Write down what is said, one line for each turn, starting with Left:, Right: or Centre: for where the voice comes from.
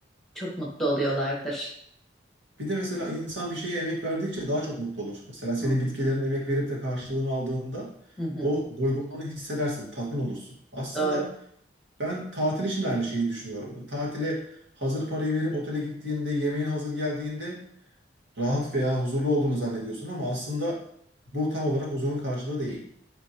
Centre: Çok mutlu oluyorlardır.
Right: Bir de mesela insan bir şeye emek verdikçe daha çok mutlu olur. Mesela senin
Centre: Hı hı.
Right: bitkilerine emek verip de karşılığını aldığında
Centre: Hı hı.
Right: o doygunluğunu hissedersin, tatmin olursun. Aslında
Centre: Doğru.
Right: ben tatil için de aynı şeyi düşünüyorum. Tatile hazır parayı verip otele gittiğinde, yemeğin hazır geldiğinde rahat veya huzurlu olduğunu zannediyorsun ama aslında bu tam olarak huzurun karşılığı değil.